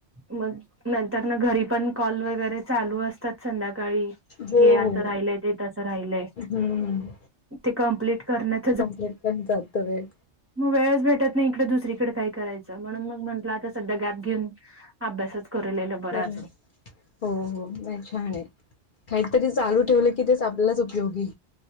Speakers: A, on the right; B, on the left.
A: मग नंत तर ना घरी पण कॉल वगैरे चालू असतात संध्याकाळी
B: हो
A: हे असं
B: हो
A: राहिलंय ते तसं राहिलय
B: हम्म
A: ते कंप्लीट करण्यात
B: कंप्लीट पण जातं वेळ
A: म वेळेस भेटत नाही इकडे दुसरीकडे काय कराय म्हणून मग म्हंटलं आता सध्या गॅप घेऊन अभ्यासच करलेलं बरं
B: कारण
A: अजून.
B: हो हो नाही छान आहे काहीतरी चालू ठेवलं की तेच आपल्यालाच उपयोगी.